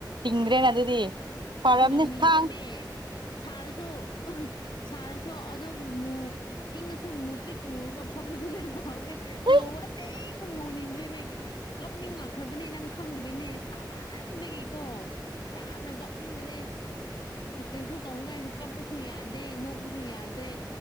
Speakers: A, on the right; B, on the left.
A: ꯇꯤꯡꯗ꯭ꯔꯦꯅ ꯑꯗꯨꯗꯤ꯫
B: ꯑꯁ
A: ꯐꯔꯕꯅꯤ
B: ꯉꯧꯅꯤꯡꯗꯦꯃꯦ
A: ꯊꯥꯡ
B: ꯁꯥꯔꯁꯨ ꯁꯥꯔꯁꯨ ꯑꯗꯨꯝ ꯃꯨ ꯏꯪꯉꯥꯁꯨ ꯃꯨꯇ꯭ꯔꯤꯛ ꯃꯨꯔꯒꯥ ꯐꯝꯕꯗꯨꯅ ꯌꯥꯝ ꯄꯥꯝꯃꯦ
A: ꯍꯣꯏ
B: ꯉꯧꯕ ꯑꯁꯦꯡꯕ ꯉꯧꯅꯤꯡꯗ꯭ꯔꯦꯃꯦ꯫ ꯀꯞꯅꯤꯡꯉꯛꯈ꯭ꯔꯕꯅꯦ ꯅꯪ ꯈꯪꯗꯕꯩꯅꯦ ꯁꯥꯃꯟꯕꯒꯤꯀꯣ ꯌꯥꯝꯅ ꯀꯞ ꯀꯅꯤꯡꯕꯅꯦ ꯀꯩꯁꯨ ꯇꯧꯅꯤꯡꯉꯥꯏꯁꯨ ꯀꯞꯄꯁꯨ ꯌꯥꯗꯦ ꯅꯣꯛꯄꯁꯨ ꯌꯥꯗꯦ꯫